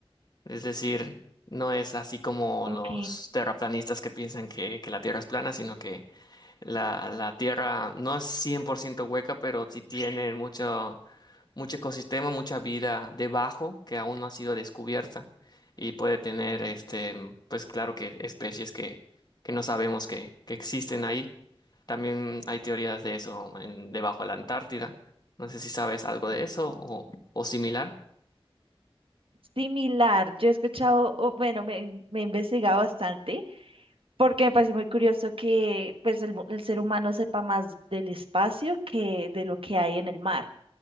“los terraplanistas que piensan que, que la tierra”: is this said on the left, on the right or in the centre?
Left